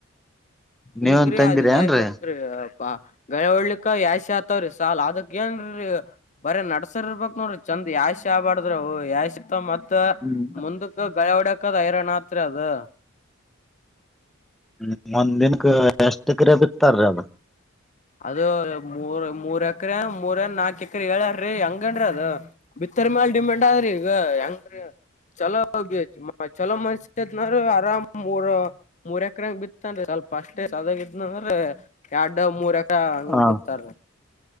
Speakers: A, on the left (about 35°); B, in the centre.
A: ಇಲ್ಕ್್ರೀ
B: ನೀವೊಂದ್ ತಂದಿರಿ
A: ಅಜ
B: ಏನ್ರಿ
A: ಆಗ್ಬಿಡ್ತ್ರಿ ಳ ಹೊಳಿಕ ಯಾಾಸಿ ಆತವ್ರಿ ಸಾಲ್ ಅದಕ್ಕ ಏನ್ೀ ಬರ ನಡ್ಸರ್ ಇರ್ಬೇಕಕ್ ನೋಡ್ರಿ ಚಂದ ಒ ಯಾ ಯಬಾರಡ್ರ್ ಯಾ ಮ
B: ಹ್ಮ್
A: ಮುಂದಕ್ಕೆ ಗಗಳ ಹೊಡಕದ ಹೈರರಣಾತ್ ಅದು
B: ಹ್ಮ ಒಂದಿನ ಕ ಎಷ್ಟು ಕ್ರ ಬಿ ಇತ್ತಾರೀ ಅದ
A: ಅದು ಮೂರ್ ಮೂರ್ ಎಕ್ರ ಮೂರನ್ ನಾಕ ಎಕ್ರ ಹೇಳಾರಿ ಹಂಗನ್ಿ ಅದ ಬಿತ್ತರ್ ಮೇಲ್ ಡಿಮೆಂಡಟ್ ಆದ್ರಿ ಈಗ ಹೆಂಗ್ರೀ ಚಲೋ ಬಿ ಚಲೋ ಮನ್ಷತ್ನಾರ ಆರಾಮ್ ಮೂರ ಮೂರ ಅಕಂಗ ಬಿತ್ತನ್ೀ ಸ್ವಲ್ಪ ಅಷ್ಟೇ ಚದಾಗಿದ್ಂದ್ರ ಎರಡ್ ಮೂರ ಎಕ ಅಂಗ
B: ಹ
A: ಬಿತಾರ